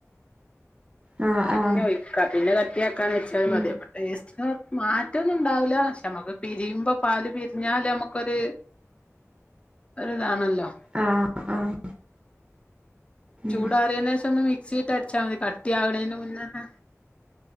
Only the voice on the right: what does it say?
ആഹ്
ആഹ്
ഉം
ആഹ് ആഹ് ഉം